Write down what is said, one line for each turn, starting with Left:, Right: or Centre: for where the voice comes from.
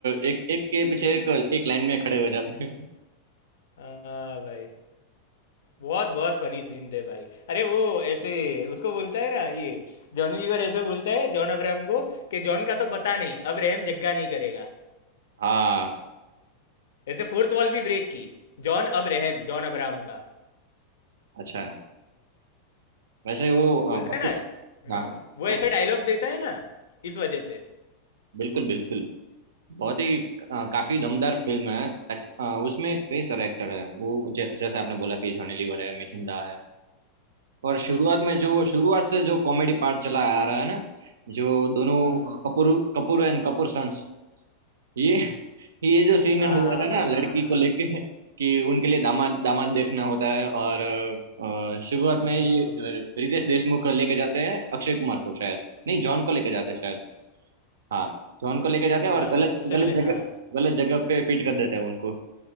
Right: एक एक के पीछे एक एक लाइन में खड़े हो जाते हैं
Left: हाँ भाई बहुत बहुत फनी सीन थे भाई अरे वो ऐसे उसको बोलता है ना ये जॉनी लीवर ऐसे बोलता है जॉन अब्राहम को कि जॉन का तो पता नहीं अब रहम जग्गा नहीं करेगा
Right: हाँ
Left: ऐसे फोर्थ वॉल भी ब्रेक की जॉन अब रहम जॉन अब्राहम का
Right: <laughs> अच्छा वैसे वो अ,
Left: बोलता
Right: बहुत-
Left: है ना
Right: हाँ
Left: हाँ, वो
Right: क्या
Left: ऐसे डायलॉग्स देता है ना इस वजह से
Right: बिल्कुल बिल्कुल बहुत ही अ, काफी दमदार फिल्म है ताकि अ, उसमें कई सारे एक्टर है वो जै, जैसे आपने बोला कि जॉनी लीवर है मिथुन दा है और
Left: हाँ
Right: शुरुआत में जो शुरुआत से जो कॉमेडी पार्ट चला आ रहा है ना जो दोनों
Left: हाँ
Right: कपूर कपूर एंड कपूर सन्स ये ये जो सीन
Left: हाँ
Right: हुआ था ना
Left: हाँ
Right: लड़की
Left: हाँ हाँ
Right: को लेके कि उनके लिए दामाद दामाद देखना होता है और अ, शुरुआत में
Left: हाँ
Right: ये अ,
Left: भाई
Right: रितेश देशमुख को लेके जाते हैं अक्षय कुमार को शायद नहीं जॉन को लेके जाते हैं शायद हाँ जॉन को लेके जाते
Left: हाँ
Right: हैं और गलत
Left: सबसे
Right: गलत
Left: पहले
Right: जगह
Left: हाँ
Right: गलत जगह पे फिट कर देते हैं उनको